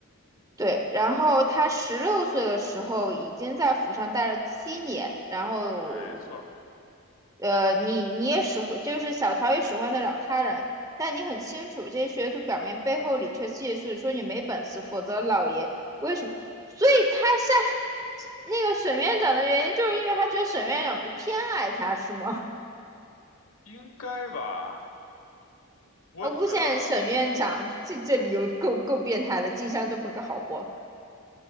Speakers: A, on the right; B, on the left.
A: 对，然后他十六岁的时候已经在府上待了七年，然后，
B: 没错儿
A: 呃，你你也使唤，就是小桃也使唤得了他人，但你很清楚这些学徒表面背后里却窃是说你没本事，否则老爷为什么？所以他下那个沈院长的原因，就是因为他觉得沈院长不偏爱他，是吗？
B: 应该吧？我也觉得。
A: 啊，诬陷沈院长，这这理由够够变态的，静香都不是个好货。